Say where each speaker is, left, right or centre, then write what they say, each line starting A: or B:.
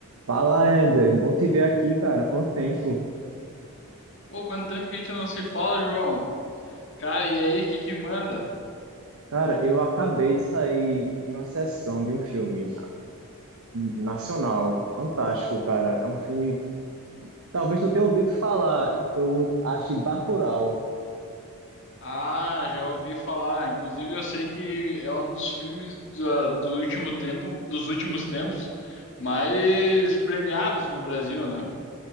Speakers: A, on the right; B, on the left.
A: Fala, Éder. Bom te ver aqui, cara. Quanto tempo?
B: Pô, quanto tempo que a gente não se fala, João? Cara, e aí, que que manda?
A: Cara, eu acabei de sair de uma sessão de um filme nacional. Fantástico, cara. É um filme. Talvez tu tenha ouvido falar. Eu acho de Bacurau.
B: Ah, já ouvi falar. Inclusive, eu sei que é um dos filmes da- do, último tempo, dos últimos tempos, mais premiados no Brasil, né?